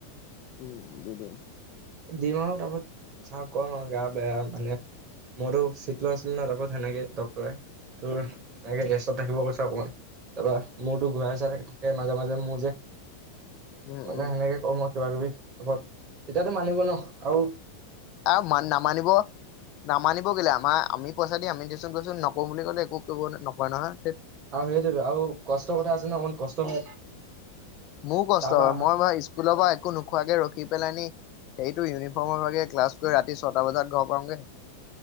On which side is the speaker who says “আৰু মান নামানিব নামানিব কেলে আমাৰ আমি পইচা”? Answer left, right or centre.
Left